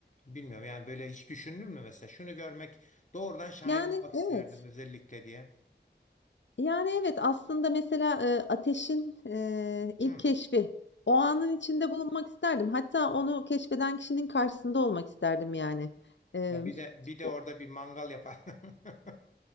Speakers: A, on the left; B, on the left.
A: bilmiyorum. Yani böyle hiç düşündün mü mesela? Şunu görmek doğrudan şahit
B: Yani
A: olmak
B: evet.
A: isterdim özellikle diye.
B: Yani evet aslında mesela e, ateşin e, ilk
A: Hı.
B: keşfi. O anın içinde bulunmak isterdim. Hatta onu keşfeden kişinin karşısında olmak isterdim
A: Hı.
B: yani. E,
A: Ya bir de bir de
B: o-
A: orada bir mangal yapar. <laughs>